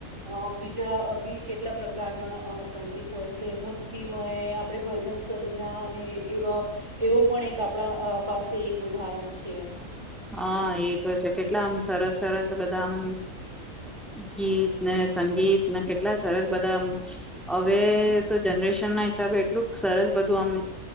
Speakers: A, on the right; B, in the centre.
A: અ બીજા બી કેટલા પ્રકારના અ સંગીત હોય છે. ભક્તિમય આપણે ભજન સંધ્યા અને એવા એવો પણ એક આપણા પાસે એક ઉદાહરણ છે.
B: હા એ તો છે કેટલા આમ સરસ સરસ બધા આમ ગીત ને સંગીત ના કે ટલા સરસ બધા એમ હવે તો જનરેશન ના હિસાબે એટલું સરસ બધું આમ